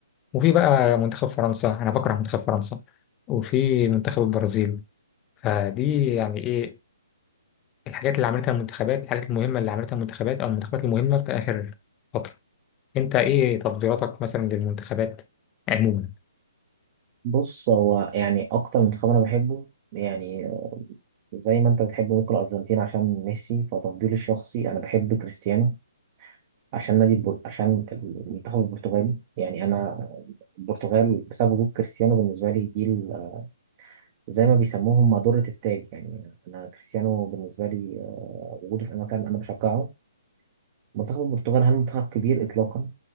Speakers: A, on the left; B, on the right.
A: وفي بقى منتخب فرنسا أنا بكره منتخب فرنسا وفي منتخب البرازيل فدي يعني إيه الحاجات اللي عملتها المنتخبات الحاجات المهمة اللي عملتها المنتخبات أو المنتخبات المهمة في آخر فترة أنت إيه تفضيلاتك مثلا للمنتخبات عموما؟
B: بص هو يعني أكتر منتخب أنا بحبه يعني زي ما أنت بتحب ممكن الأرجنتين عشان ميسي فتفضيلي الشخصي أنا بحب كريستيانو عشان نادي البر... عشان المنتخب البرتغالي يعني أنا البرتغال بسبب وجود كريستيانو بالنسبة لي دي ال- زي ما بيسموهم مادورة التاج يعني أنا كريستيانو بالنسبة لي آه، وجوده في أي مكان أنا بشجعه منتخب البرتغال هل منتخب كبير إطلاقا